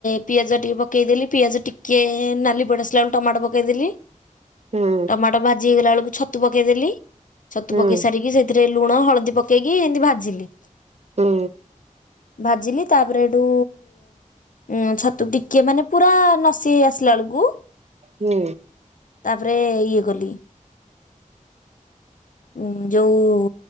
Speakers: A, on the left; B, on the right.
A: ପିଆଜ ଟିକେ ପକାଇଦେଲି ପିଆଜ ଟିକିଏ ନାଲି ପଡି ଆସିଲା ବେଳକୁ ଟମାଟୋ ପକେଇଦେଲି
B: ହୁଁ
A: ଟମାଟୋ ଭାଜି ହେଇଗଲା ବେଳକୁ ଛତୁ ପକେଇଦେଲି ଛତୁ
B: ହୁଁ
A: ପକେଇ ସାରିକି ସେଇଥିରେ ଲୁଣ, ହଳଦୀ ପକେଇକି ଏମିତି ଭାଜିଲି।
B: ହୁଁ।
A: ଭାଜିଲି ତାପରେ ଏଠୁ ଉଁ ଛତୁ ଟିକେ ମାନେ ପୁରା ନସି ହେଇ ଆସିଲା ବେଳକୁ
B: ହୁଁ।
A: ତାପରେ ଇଏ କଲି ଉ ଯୋଉଁ